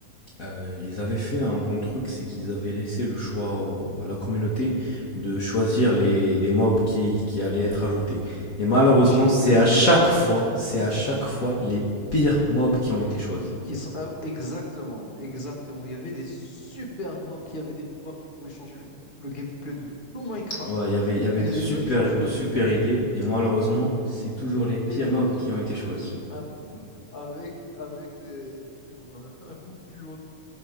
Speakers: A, on the left; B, on the left.
A: Euh, ils avaient fait un bon truc, c'est qu'ils avaient laissé le choix au- à la communauté de choisir
B: et- et
A: les, les mobs qui, qui allaient être ajoutés. Et malheureusement,
B: J'ai
A: c'est
B: détesté.
A: à chaque fois, c'est à chaque fois les pires mobs qui ont été choisis.
B: Qui sont... ah, exactement, exactement. Il y avait des super mobs qui avaient des pouvoirs qui pouvaient changer le, le gameplay de tout Minecraft.
A: Ouais, il y avait, il y avait
B: Mais
A: de
B: les
A: super,
B: gens, ils ont choisi.
A: de super idées, et malheureusement, c'est toujours les pires
B: Les gens,
A: mobs
B: ils
A: qui ont
B: ont
A: été
B: choisi
A: choisis.
B: un pool avec, avec des, du fluo, un, <laughs> un pool fluo.